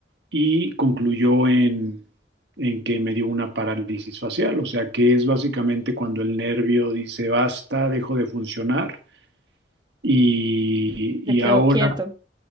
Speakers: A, on the right; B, on the right.
A: y concluyó en, en que me dio una parálisis facial, o sea que es básicamente cuando el nervio dice basta, dejo de funcionar y,
B: se
A: y
B: quedó
A: ahora
B: quieto.